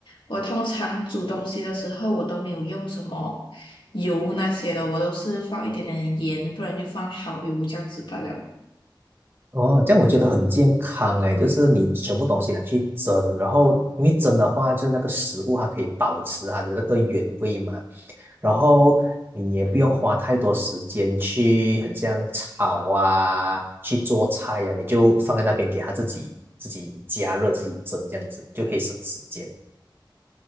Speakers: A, on the left (about 85°); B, on the right (about 25°).
A: 我通常煮东西的时候，我都没有用什么油那些的，我都是放一点点的盐，不然就放蚝油这样子罢了。
B: 哦，这样我觉得很健康哎，就是你全部东西拿去蒸，然后因为蒸的话，就是那个食物它可以保持它的那个原味嘛，然后你也不用花太多时间去很像炒啊，去做菜呀、你就放在那边给它自己自己加热、自己蒸这样子，就可以省时间。